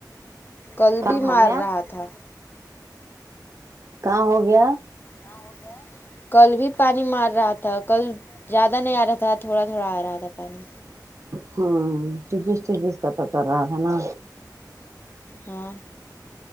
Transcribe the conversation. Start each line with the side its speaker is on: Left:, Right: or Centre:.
Left: کل
Right: کام
Left: بھی
Right: ہو
Left: مار
Right: گیا
Left: رہا تھا
Right: کام ہوگیا
Left: کام ہو گیا کل بھی پانی مار رہا تھا کل زیادہ نہیں آ رہا تھا تھوڑا تھوڑا آ رہا تھا پانی
Right: ہاں چھبیس چھبیس کا تو کر رہا ہے نا
Left: ہاں